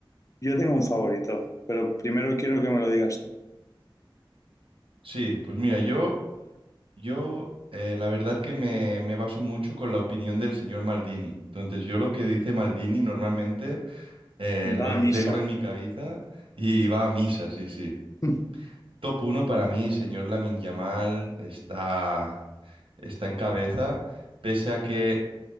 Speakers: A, on the left (about 35°); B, on the right (about 85°).
A: yo tengo un favorito, pero primero quiero que me lo digas tú.
B: Sí, pues mira, yo, yo eh, la verdad que me, me baso mucho con la opinión del señor Maldini. Entonces, yo lo que dice Maldini normalmente eh, lo
A: Va
B: integro
A: a misa.
B: en mi cabeza y, va a misa, sí, sí.
A: <laughs>
B: Top uno para mí, señor Lamin Yamal, está, está en cabeza, pese a que